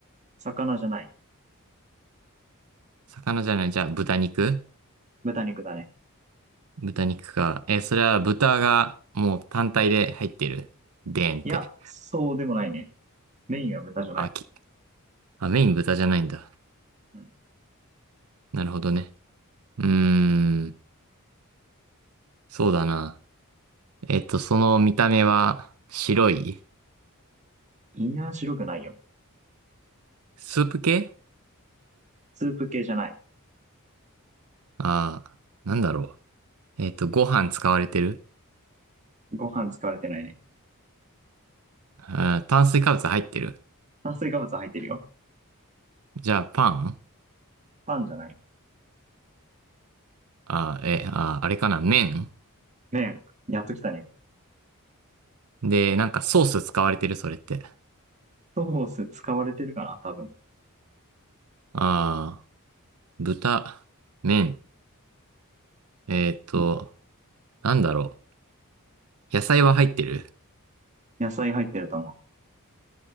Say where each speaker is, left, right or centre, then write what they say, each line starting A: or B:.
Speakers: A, on the right (about 35°); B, on the right (about 80°).
A: 魚じゃない。
B: 魚じゃない、じゃあ豚肉
A: 豚肉だね。
B: 豚肉か。え、それは豚がもう単体で入ってる。でーんって。
A: いや、そうでもないね。メインは豚じゃない。
B: あ、き、あ、メイン豚じゃないんだ。
A: うん。
B: なるほどね。うーん、そうだな。えっと、その見た目は白い
A: 胃には白くないよ。
B: スープ系
A: スープ系じゃない。
B: ああー、なんだろう。えっと、ご飯使われてる
A: ご飯使われてないね。
B: あー炭水化物入ってる
A: 炭水化物入ってるよ。
B: じゃあ、パン
A: パンじゃない。
B: あー、え、あー、あれかな麺
A: 麺。やっときたね。
B: で、なんかソース使われてるそれって。
A: ソース使われてるかな多分。
B: あー、豚、麺。えっと、
A: うん。
B: なんだろう。野菜は入ってる
A: 野菜入ってると思